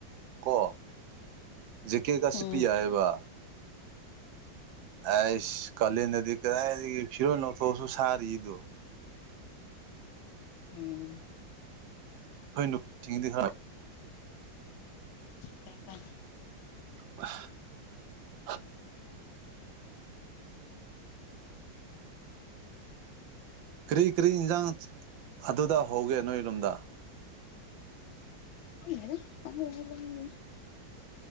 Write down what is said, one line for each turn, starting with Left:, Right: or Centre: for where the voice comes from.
Right: ꯀꯣ ꯀꯦ ꯀꯁꯤꯄꯤ
Left: ꯎꯝ
Right: ꯌꯥꯑꯕ ꯑꯁ ꯀꯂꯦꯟ ꯅꯗꯤ ꯀ ꯐꯤꯔꯣ ꯅ ꯊꯧꯁꯨ ꯁꯔꯤ ꯏꯗꯨ
Left: ꯎꯝ
Right: ꯍꯣꯏ ꯅꯨꯗꯤ ꯈꯅ <inaudible>
Left: ꯀꯩꯗ
Right: ꯑ <inaudible> ꯀꯔꯤ ꯀꯔꯤ ꯏꯟꯁꯥꯡ ꯑꯗꯨꯗ ꯍꯧꯒꯦ ꯅꯣꯏ ꯂꯣꯝꯗ
Left: ꯑꯅ <inaudible>